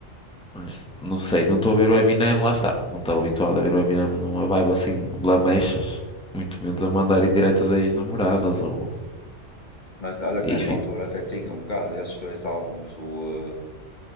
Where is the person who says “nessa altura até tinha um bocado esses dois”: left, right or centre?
Left